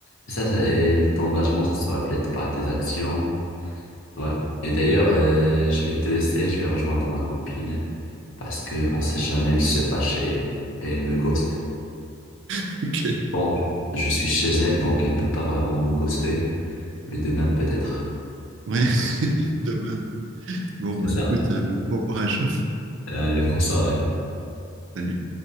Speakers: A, on the left (about 65°); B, on the right (about 60°).
A: C'est ça, ça, et ton engagement, ça se reflète par tes actions Ouais. Et d'ailleurs, euh, je vais te laisser, je vais rejoindre ma copine parce que on sait jamais, elle se fâche et, et elle me ghost.
B: <laughs> Ok.
A: Bon, je suis chez elle, donc elle peut pas vraiment me ghoster, mais demain peut-être.
B: Ouais. <laughs> Demain. Bon bah
A: C'est ça.
B: écoute, euh, bon courage.
A: Allez, bonne soirée.
B: Salut.